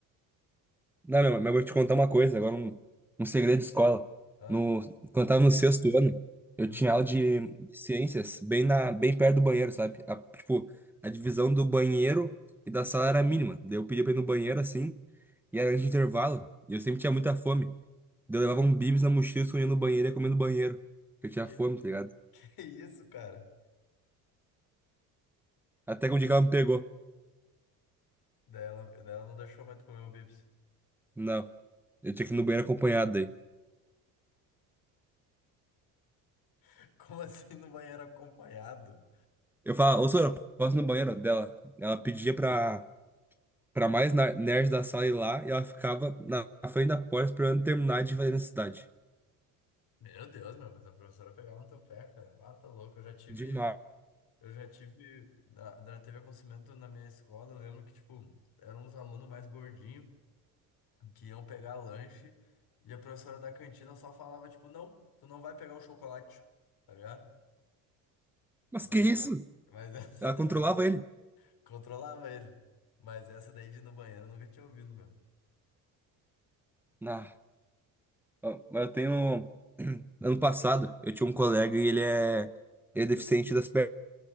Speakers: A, in the centre; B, on the left (about 60°).
A: não, meu, mas eu vou te contar uma coisa, agora um, um segredo de escola.
B: Ah,
A: No, quando eu tava no sexto ano, eu
B: uhum.
A: tinha aula de, de ciências bem, na, bem perto do banheiro, sabe? A- tipo, a divisão do banheiro e da sala era mínima. Daí eu pedia pra ir no banheiro assim, e era de intervalo, e eu sempre tinha muita fome. Daí eu levava um bibis na mochila, escondia no banheiro e ia comer no banheiro. porque Eu tinha
B: Que,
A: fome, tá ligado?
B: <laughs> que isso, cara?
A: Até que um dia que ela me pegou.
B: Daí ela, daí ela não deixou mais tu comer o bips.
A: Não, eu tinha que ir no banheiro acompanhado daí.
B: <laughs> Como assim no banheiro acompanhado?
A: Eu falava, ô Sora, posso ir no banheiro dela? Ela pedia pra, pra mais na- nerd da sala ir lá e ela ficava na frente da porta esperando terminar de fazer necessidade.
B: Meu Deus, meu, mas a professora pegava no teu pé, cara. Ah, tá louco, eu já tive.
A: Demais.
B: Eu já tive. Da, da, teve acontecimento na minha escola, eu lembro que, tipo, eram uns alunos mais gordinhos. que iam pegar lanche e a professora da cantina só falava, tipo, não, tu não vai pegar o chocolate, tá ligado?
A: Mas
B: Mas,
A: que isso?
B: mas <laughs> essa
A: Ela
B: daí
A: controlava
B: de-
A: ele.
B: controlava ele. Mas essa daí de ir no banheiro eu nunca tinha ouvido, meu.
A: Ah, ó, mas eu tenho. <clears throat> Ano passado, eu tinha um colega e ele é, ele é deficiente das pernas,